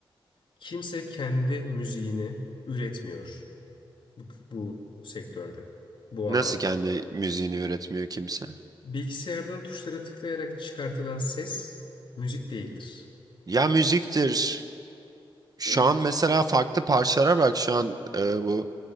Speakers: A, on the left (about 65°); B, on the right (about 45°).
A: kimse kendi müziğini üretmiyor bu, bu sektörde, bu
B: Nasıl
A: alanda.
B: kendi müziğini üretmiyor kimse?
A: Bilgisayardan tuşlara tıklayarak çıkartılan ses müzik değildir.
B: Ya müziktir. Şu
A: Değildir.
B: an mesela farklı parçalara bak şu an e, bu